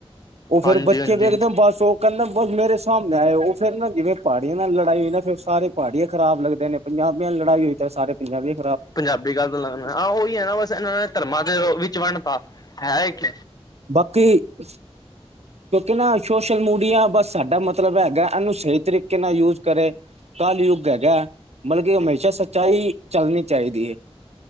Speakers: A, on the right; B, on the left.
A: ਉਹ ਫੇਰ
B: ਹਾਂਜੀ
A: ਬੱਚੇ
B: ਹਾਂਜੀ
A: ਵੇਖਦ ਬਸ ਉਹ ਕਹਿੰਦਾ ਬਸ ਮੇਰੇ ਸਾਹਮਣੇ ਆਏ। ਉਹ ਫਿਰ ਨਾ ਜਿਵੇਂ ਪਹਾੜੀਆਂ ਨਾਲ ਲੜਾਈ ਹੋਈ ਨਾ ਫਿਰ ਸਾਰੇ ਪਹਾੜੀਆਂ ਖਰਾਬ ਲੱਗਦੇ ਨੇ, ਪੰਜਾਬੀਆਂ ਲੜਾਈ ਹੋਈ ਤੇ ਸਾਰੇ ਪੰਜਾਬੀਆਂ
B: ਪੰਜਾਬੀ ਗੰਦ ਲੱਗਣਾ ਹਾਂ ਉਹੀ ਹੈ ਨਾ ਬਸ ਇਹਨਾਂ ਨੇ ਧਰਮਾਂ ਦੇ ਵਿੱਚ ਵੰਡ ਪਾਤੀ ਹੈ ਇੱਕ
A: ਬਾਕੀ ਕਿਉਂਕਿ ਨਾ ਸੋਸ਼ਲ ਮੀਡੀ ਬਸ ਸਾਡਾ ਮਤਲਬ ਹੈਗਾ ਇਹਨੂੰ ਸਹੀ ਤਰੀਕੇ ਨਾਲ ਯੂਜ ਕਰੇ। ਕਾਲ ਯੁੱਗ ਹੈਗਾ। ਮਤਲਬ ਹਮੇਸ਼ਾ ਸੱਚਾਈ ਚੱਲਣੀ ਚਾਹੀਦੀ ਹੈ